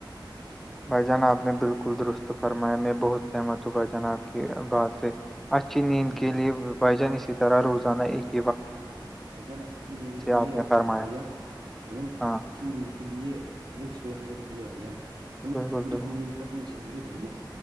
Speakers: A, in the centre; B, on the right.
A: بھائی جان آپ نے بالکل درست فرمایا میں بہت سہمت ہوں بھائی جان آپ بات ہے اچچ نیند
B: جی
A: کے لیے بجان اسی طرح روزانہ ا
B: اچ بھائی جان اچھی ند کے لیے
A: آپ نے فرمایا
B: بھائی جان بھائی جان
A: ہاں
B: اچھی نیند کے لیے سولہ رڈیا بھائی انہیں
A: بالکل
B: پوریت
A: بالکل
B: نیند کا چاہیے بھائیین